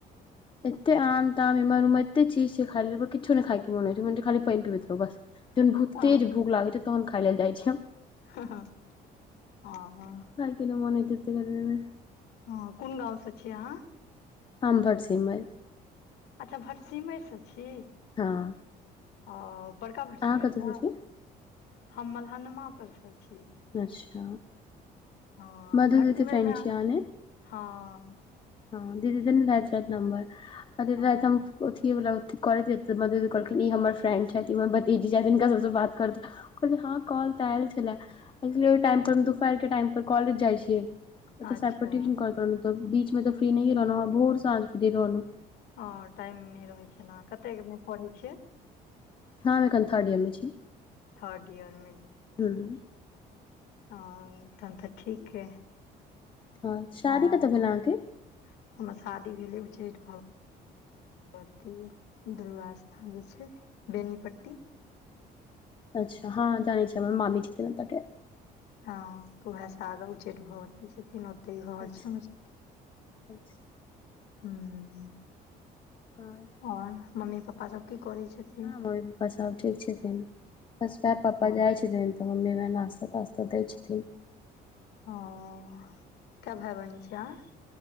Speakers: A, on the left; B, on the left.
A: एते आम -ताम एमहर -ओमहर एते चीज छै खाय ले पर किछो नै खाय के मन होय छै खाली पैन पीबैत रहु बस, जखन बहुत
B: हँ
A: तेज भूख लागै छै तखन खाय लेल जाय छियै हम
B: हं हं।
A: केना मन होइ छै ओतेक बेर मे
B: हँ कोन गाँव सं छियै अहां
A: हम भटसिमैर।
B: अच्छा भटसिमरि सँ छी?
A: हँ।
B: ओ बड़का भटसिमरि
A: अहाँ कतऽ
B: सं
A: सँ छी
B: हम मलहनमा पर सँ छी।
A: अच्छा,
B: हँ
A: मधु
B: भटसिमैर
A: जी के फ्रेंड
B: मे
A: छियै अहां ने?
B: हँ।
A: हँ दीदी देने रहैत नंबर अ दीदी
B: हँ
A: राति हम ओथिए वला कर म कहलखिन ई हमर फ्रेंड छथि हमर भतीजी छथि हिनका सबसँ बात कर तु कहलियै हँ कॉल तऽ आयल छलै, ओहि टाइम पर हम दुपहर के टाइम पर, कॉलेज जाइ छियै। ओतऽ
B: अच्छा
A: सबके ट्यूशन करैत रहलहुँ, तऽ बीचमे तऽ फ्री नहि रहलहुँ, भोर स आज फ्री रहलहुँ।
B: ह टाइम नहि रहै छै, ने कते पढ़ै छियै।
A: हँ एखन थर्ड ईयर मे छी।
B: थर्ड ईयरमे।
A: हूँ।
B: ह तहन तऽ ठीक है
A: हँ शादी
B: हॅं।
A: कतऽ भेल अहाँके
B: हमर शादी भेले उच्चैठ भाव। भगवती दुर्गा स्थान जे छै बेनीपट्टी।
A: अच्छा हँ जानै छी, हमर मामी छथिन ओत के।
B: हँ तऽ उएहस आगा उचैठ भगवती छथिन। त ई कह
A: अच्छा
B: छै, हमर सबके
A: अच्छा
B: हू।
A: हँ
B: आओर मम्मी पापा सब की करै छथिन।
A: हँ मम्मी पापा सब ठीक छथिन, बस प पापा
B: हँ
A: जाइ छथिन। तऽ मम्मीमे नास्ता तास्ता दै छथिन।
B: हं कै भाई-बहिन छियै अहां।